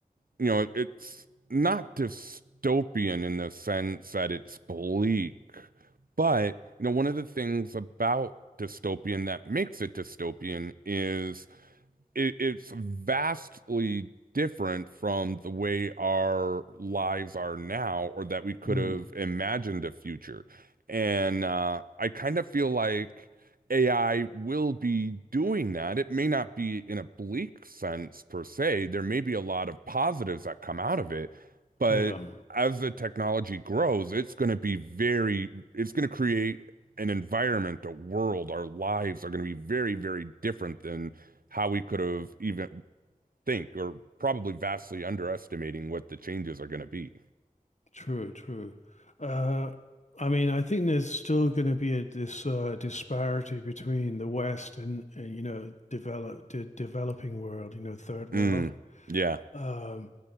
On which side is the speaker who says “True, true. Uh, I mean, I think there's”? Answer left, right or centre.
Left